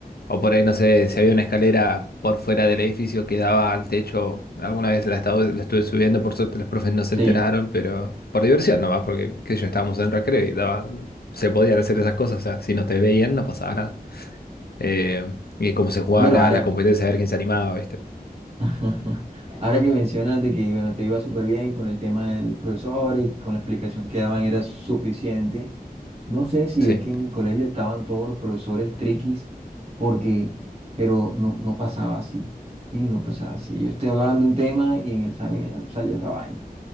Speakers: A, on the left (about 75°); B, on the right (about 40°).
A: o por ahí, no sé, si había una escalera por fuera del edificio que daba al techo, alguna vez la, estaba- la estuve subiendo, por suerte los profes no se
B: Sí.
A: enteraron, pero por diversión nomás, porque qué sé yo estábamos en recreo y daba, se podían hacer esas cosas, o sea, si no te veían no pasaba nada eh, y cómo se jugaba
B: Bueno,
A: la,
B: ahora,
A: la competencia, a ver quién se animaba, ¿viste?
B: <laughs> Ajá. Ahora que mencionas de que, bueno, te iba súper bien con el tema del profesor y con la explicación que daban era suficiente. No sé si
A: Sí,
B: es que en mi colegio estaban todos los profesores triquis, porque, pero no, no pasaba así. Y no pasaba así. Yo estoy hablando de un tema y en el examen salía otra vaina.